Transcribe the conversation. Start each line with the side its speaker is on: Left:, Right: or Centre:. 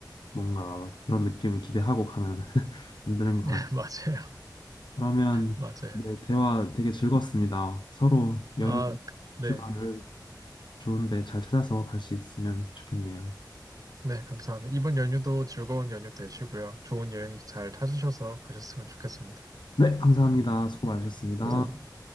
Left: 뭔가 그런 느낌을 기대하고 가면 <laughs> 안 되는
Right: <laughs> 네,
Left: 것 같아요.
Right: 맞아요,
Left: 그러면
Right: 맞아요.
Left: 네, 대화 되게 즐거웠습니다. 서로 여름
Right: 아, 네.
Left: 휴가를 좋은데 잘 찾아서 갈 수 있으면 좋겠네요.
Right: 네, 감사합니다. 이번 연휴도 즐거운 연휴 되시고요. 좋은 여행 잘 찾으셔서 가셨으면 좋겠습니다.
Left: 네, 감사합니다. 수고 많으셨습니다.
Right: 감사합니다.